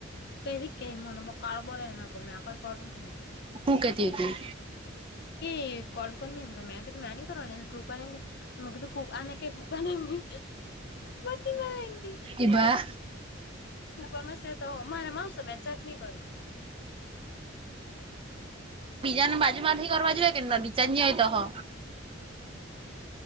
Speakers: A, on the left; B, on the right.
A: કવી કે મને બ કાર બરે એના કર મે કઈ કર, <inaudible>
B: હું કેતી હતી.
A: કે કોલ કરી ની એમ મે કધું મેની કરવાની ગ્રુપ <unintelligible> અનેધું અને મળે એમ કે ગ્રુપમાં કંઈ મને જે મળે ને એમ કે,
B: એ ભા
A: કૃપા મા સેટ હોવે મારા મોસે મા ચટની કરુ.
B: બીજાને બાજુ માંથી કરવાર જોવે કેમ ના બીજાની હોય તોહો.